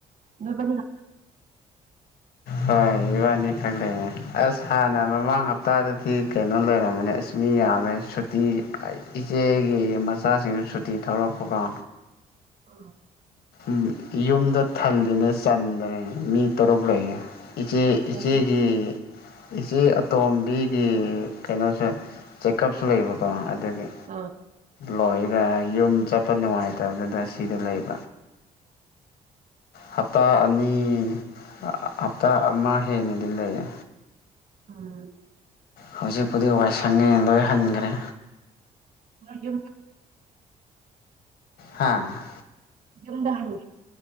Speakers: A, on the right; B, on the left.
A: ꯅꯕꯅꯤ
B: ꯍꯣꯏ ꯏꯕꯥꯅꯤ ꯈꯛ ꯂꯩꯌꯦꯦ ꯑꯁ ꯍꯥꯟꯅ ꯃꯃꯥꯡ ꯍꯞꯇꯥꯗꯗꯤ ꯀꯩꯅꯣ ꯂꯩꯔꯝꯝꯕꯅꯦ ꯃꯤ ꯌꯥꯝꯃꯦ ꯁꯨꯇꯤ ꯏꯆꯦꯒꯤ ꯃꯆꯥꯁꯤꯡꯁꯨ ꯁꯨꯇꯤ ꯊꯧꯔꯛꯄꯀꯣ
A: ꯑ
B: ꯎ ꯌꯨꯝꯗ ꯊꯜꯂꯤꯅꯦ ꯆꯟꯗ꯭ꯔꯦ ꯃꯤ ꯇꯔꯨꯛ ꯂꯩꯌꯦꯦ ꯏꯆꯦ
A: ꯑꯣꯏꯗꯣꯏ
B: ꯏꯆꯦꯒꯤ ꯏꯆꯦ ꯑꯇꯣꯝꯕꯤꯒꯤ ꯀꯩꯅꯣꯁꯨ ꯆꯦꯛꯑꯞꯁꯨ ꯂꯩꯕꯀꯣ ꯑꯗꯒꯤ
A: ꯑꯥ
B: ꯂꯣꯏꯒ ꯌꯨꯝ ꯆꯠꯄ ꯅꯨꯡꯉꯥꯏꯇꯕꯗꯨꯗ ꯁꯤꯗ ꯂꯩꯕ ꯍꯥꯇꯥ ꯑꯅꯤ ꯍꯞꯇꯥ ꯑꯃ ꯍꯦꯟꯅꯗꯤ ꯂꯩꯌꯦ
A: ꯑꯝ
B: ꯍꯧꯖꯤꯛꯄꯨꯗꯤ ꯋꯥꯏꯁꯪꯉꯦ ꯂꯣꯏ ꯍꯟꯈ꯭ꯔꯦ
A: ꯑ ꯌꯦ
B: ꯍꯥꯥ
A: ꯌꯨꯝꯗ ꯍꯔꯣ